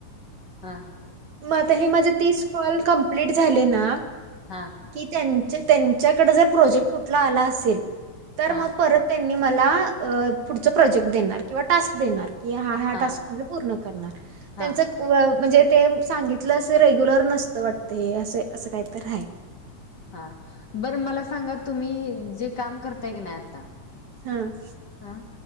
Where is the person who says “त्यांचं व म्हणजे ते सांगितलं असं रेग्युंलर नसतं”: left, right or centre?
Right